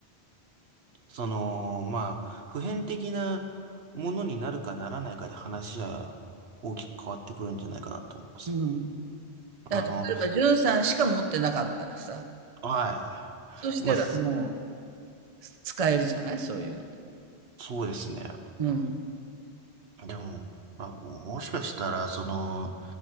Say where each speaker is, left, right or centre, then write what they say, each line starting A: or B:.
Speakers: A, on the right; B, on the right.
A: その、まあ、普遍的なものになるかならないかで話は大きく変わってくるんじゃないかなと思います。
B: えうん。だから例えば、
A: あの、
B: ジュさんしか持ってなかったらさ、
A: はい。
B: そしたらもう
A: まあ、そ
B: 使えるじゃないそういうので。
A: そうですね。
B: うん。
A: でも、まあ、もしかしたら、その、